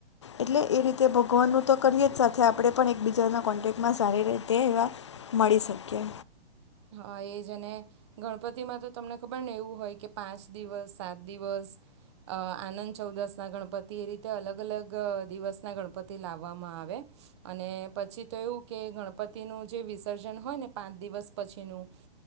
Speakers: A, on the left; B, on the right.
A: એટલે એ રીતે ભગવાનનું તો કરીએ જ સાથે આપણે પણ એકબીજાના કોન્ટેક્ટમાં સારી રીતે એવા મળી શકીએ.
B: હા એ જ અને ગણપતિમાં તો તમને ખબર ને એવું હોય કે પાંચ દિવસ સાત દિવસ આનંદ ચૌદસના ગણપતિ એ રીતે અલગ અલગ દિવસના ગણપતિ લાવવામાં આવે અને પછી તો એવું કે ગણપતિનું જે વિસર્જન હોય ને પાંચ દિવસ પછીનું